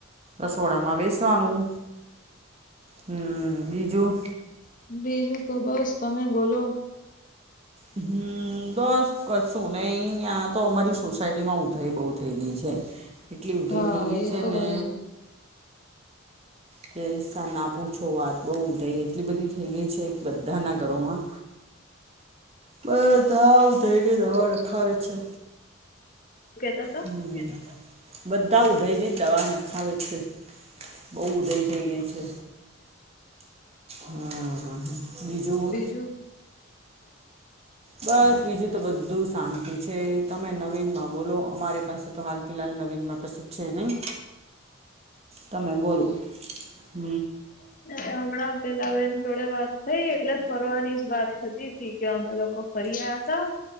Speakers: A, on the right; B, on the left.
A: રસોડામાં બેસવાનું હમ બીજું.
B: બીજું તો બસ તમે બોલો.
A: હમ. બસ કશું નને તયાં તો અમારી સોસાયટી માં ઉઊધાઈ બહુ થઇ ગઈ છે. કેટલી ઉધરી
B: હા
A: થઈ ગઈ
B: એ
A: છે
B: તો
A: અને.
B: બરાબર
A: કે ના પૂછો વાત બહુધય એટલી બધી થઈ ગઈ છે બધાના ઘરોમાં. બસ હા આવું ધૈર્ય દવા રખાવે છે.
B: કેતા હતા
A: હમ બધા ઉધયથી દવા નખાવે છે. બઉ ઉદય થઈ ગય છે. હમ હ બીજું.
B: હ <unintelligible>
A: બસ બીજું તો બધું શાંતિ છે તમે નવીન માં બોલો અમારી પાસે તો હાલ ફિહાલ નવીન માં. કસુ કછે નહી.
B: <inaudible>
A: તમે બોલો હ.
B: હમણાં પેલા બેન જોડે વાત થઈ એટલે ફરવાની જ વાત થતી. થી કે અમે લોકો ફરી આયા ત.